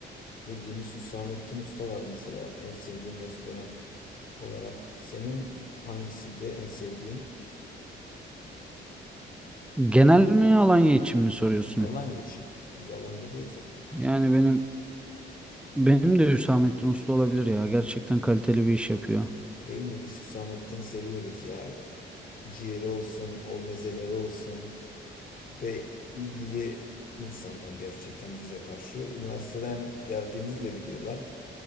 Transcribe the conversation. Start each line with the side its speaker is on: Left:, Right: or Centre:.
Left: yediğimiz Hüsamettin Usta var mesela en sevdiğim restoran olarak. Senin hangisiydi en sevdiğin?
Centre: Genel mi Alanya için mi soruyorsun?
Left: Alanya için. Biz Alanya'dayız ya.
Centre: Yani benim benim de Hüsamettin Usta olabilir ya. Gerçekten kaliteli bir iş yapıyor.
Left: Değil mi? Biz Hüsamettin'i seviyoruz ya. Ciğeri olsun, o mezeleri olsun ve ilgili insanlar gerçekten bize karşı. Üniversiteden geldiğimizi de biliyorlar.